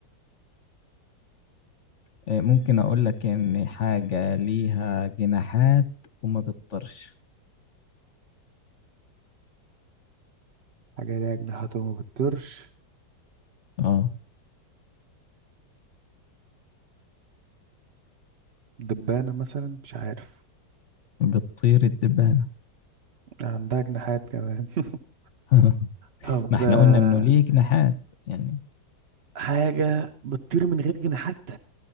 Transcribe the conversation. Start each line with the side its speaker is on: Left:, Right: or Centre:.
Left: إيه، ممكن أقول لك إن حاجة ليها جناحات وما بتطيرش
Right: حاجة ليها جناحات وما بتطيرش
Left: آه
Right: دبانة مثلا مش عارف
Left: بتطير الدبانة
Right: عندها جناحات كمان <laughs>
Left: <laughs>
Right: طب
Left: ما إحنا
Right: آه،
Left: قلنا إنه ليه جناحات يعني
Right: حاجة بتطير من غير جناحات